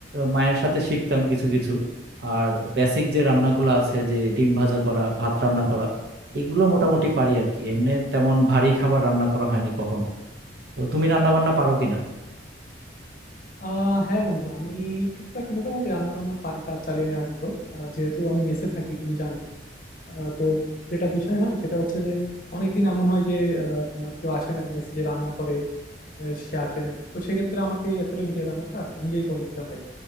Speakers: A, on the right; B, on the left.
A: মায়ের সাথে শিখতাম কিছু কিছু আর বেসিক যে রান্নাগুলো আছে যে ডিম ভাজা করা ভাত রান্না করা এগুলো মোটামুটি পারি আর কি এমনি তেমন ভারী খাবার রান্না করা হয়নি কখনো তো তুমি রান্না বান্না পারো কিনা
B: আহ হ্যাঁ বন্ধু আমি টুকটাক মোটামুটি রান্না বান্না পারি কাজ চালিয়ে নেওয়ার মতো আহ, যেহেতু আমি মেসে থাকি তুমি জানো আহ, তো যেটা বিষয় হয় সেটা হচ্ছে যে অনেকদিন এমন হয় যে আহ, তোমার কেউ আসে না মেসে যে রান্না করে আহ, সে আসে নাই তো সেক্ষেত্রে আমাকে আসলে নিজের রান্নাটা নিজেই করে নিতে হয়